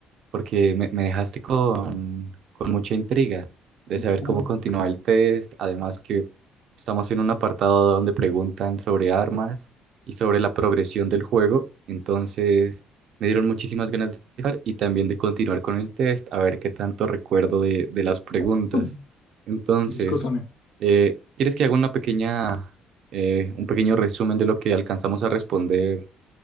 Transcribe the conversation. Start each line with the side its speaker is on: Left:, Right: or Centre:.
Right: porque me, me dejaste con, con mucha intriga de saber
Left: <clears throat>
Right: cómo continúa el test. Además que estamos en un apartado donde preguntan sobre armas y sobre la progresión del juego. Entonces me dieron muchísimas ganas de jugar y también de continuar con el test, a ver qué tanto recuerdo de, de las preguntas.
Left: Mm,
Right: Entonces,
Left: Discúlpame.
Right: eh, ¿quieres que haga una pequeña, eh, un pequeño resumen de lo que alcanzamos a responder